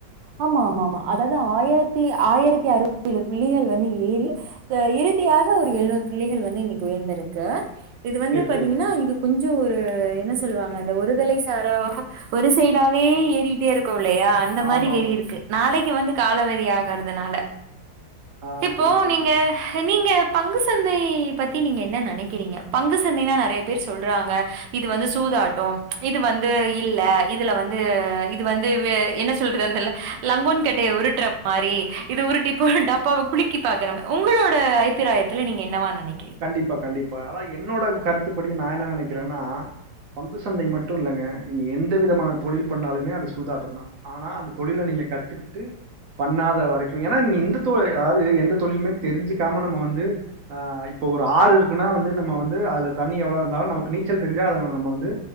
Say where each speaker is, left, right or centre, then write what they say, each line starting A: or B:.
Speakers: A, on the right; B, on the right.
A: ஆமா ஆமா ஆமா அதாவது ஆயிரத்தி ஆயிரத்தி அறுபத்திஏழு புள்ளிகள் வந்து ஏறி ஆ இறுதியாக ஒரு எழுநூறு புள்ளிகள் வந்து இன்னைக்கி உயர்ந்திருக்கு இது வந்து
B: சேரி
A: பாத்தீங்கன்னா
B: சேரிங்க
A: இது கொஞ்சோ ஒரு என்ன சொ சொல்லுவாங்க அந்த ஒருதலை சாரா ஒரு சைடாவே ஏறிட்டே இருக் இல்லையா அந்த மாரி
B: ஆமா ஆமா
A: ஏறியிருக்கு நாளை இங்க வந்து காலவரிய ஆகறிறதுனால
B: ஆ
A: இப்போ
B: புரியுது புரியுதுங்க
A: நீங்க நீங்க பங்கு சந்தை பத்தி நீங்க என்ன நினைக்கிறீங்க பங்கு சந்தைன்னா நிறைய பேர் சொல்றாங்க இது வந்து சூதாட்டம் இது வந்து இல்ல இதுல வந்து இது வந்து என்ன சொ சொல்லுராங்கள லங்கோன் கட்டையை உருற மாதிரி இது உருட்டிா போ டப்பாவ குலுக்கி பாக்குற மாரி உங்களோட அபிராயத்தில் நீங்க என்னவா நெனைக்கிறீங்க
B: கண்டிப்பா கண்டிப் பா என்னோட கருத்துப்படி நான் என்ன நினைக்கிறே ன்னா பங்கு சந்தை மட்டும் இல்லங்க நீங்க எந்த விதமான தொழில் பண்ணாலுமே அது சூதாட்டம் தான் ஆனா அந்த தொழில நீங்க கத்துக்கிட்டு பண்ணாத வரைக்கும் ஏனா இந்ததொ அதாவது எந்த தொழிலுமே தெரிஞ்சுக்காம நம்ம வந்துஹ இப்போ ஒரு ஆறு இருக்குன்னா வந்து நம்ம வந்து அதில தண்ணி எவ்வளோ இருந்தாலும் நமக்கு நீச்சல் தெரிஞ்சா அத நம்ம வந்து